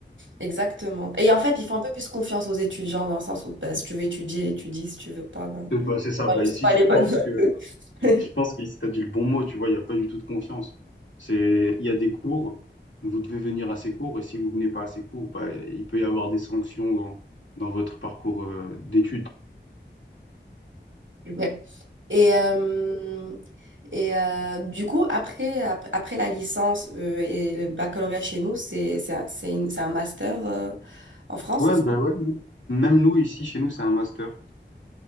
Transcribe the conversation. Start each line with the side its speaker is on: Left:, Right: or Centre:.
Right: Exactement. Et en fait, ils font un peu plus confiance aux étudiants dans le sens où, bah, si tu veux étudier, étudie. Si tu veux pas, ben,
Left: Euh, Bah, c'est ça,
Right: t'auras
Left: bah
Right: juste
Left: ici,
Right: pas
Left: je
Right: les bonnes
Left: pense
Right: notes.
Left: que, <laughs> je pense
Right: <laughs>
Left: qu'ici, t'as dit le bon mot, tu vois, il n'y a pas du tout de confiance. C'est, il y a des cours, vous devez venir à ces cours, et si vous venez pas à ces cours, bah, il peut y avoir des sanctions dans, dans votre parcours euh, d'études.
Right: Ouais. Et, euh, et euh, du coup, après, ap- après la licence euh, et le baccalauréat chez nous, c'est c'est un, c'est une- c'est un master euh, en France.
Left: Ouais,
Right: c'est ça
Left: bah ouais. ouais. Même nous, ici, chez nous, c'est un master.